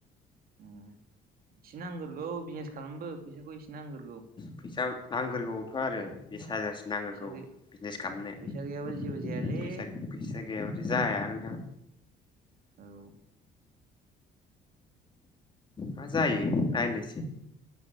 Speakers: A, on the right; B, on the left.
A: ओम एसे नांगोरगौ बिजनेस खालामनो बो फैसाखौ एसे नांग्रोगौ
B: फैसा नांग्रोगौथ' आरो एसे हाजारसो नांगोरगौ
A: फैसा गै
B: बिजनेस खालामनो
A: फैसा गैयाबा जेबो जायालै
B: फैसाग फैसागैयाबाथाय जाया नोंथां
A: औ
B: मा जायो नायनोसै